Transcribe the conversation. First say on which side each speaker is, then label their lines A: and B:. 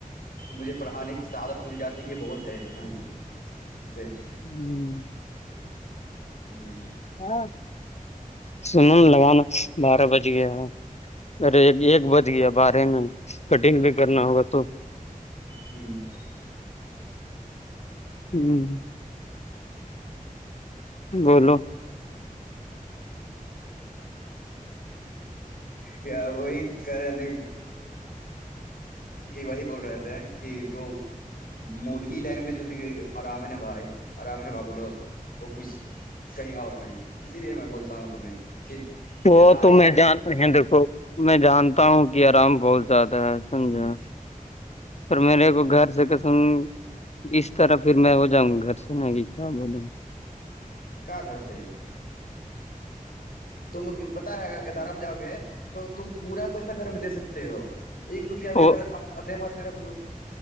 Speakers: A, on the left (about 85°); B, on the left (about 50°).
A: مجھے پڑھانے کی سعادت مل جاتی ہے بہت ہے-
B: ہوں
A: ہوں
B: ہاں سن ن لگانا بارہ بج گیا ہے- ریڈی ایک بچ گیا بارے میں کٹنگ بھی کرنا ہوگا تو-
A: ہوں
B: ہوں بولو
A: کیا وہی کرا دیک- کہ وہی بول رہے تھے کہ جو مولوی لائن میں جو د- آرام ہے نا بھائی آرام ہے نا بابو لوگ- وہ کچھ کہیں اور نہیں اسی لیے میں بولتا ہوں تمہیں کہ
B: وہ
A: ادار
B: تو
A: میں رہو-
B: جانتے دیکھو میں جانتا ہوں کہ آرام بہت زیادہ ہے سمجھیں
A: ہ
B: اور میرے کو گھر سے کسم- اس طرح پھر میں ہو جاں گی گھر سے ن کہ کیا بولوں-
A: کا گھر سے- تم پتا ہے ا ادارم جاؤ گے تو تم پورا پیسہ گھر میں دے سکتے ہو- ایک روپیہ ا بھی اگرپ
B: وہ
A: اپنے پاس نہیں رکھو تو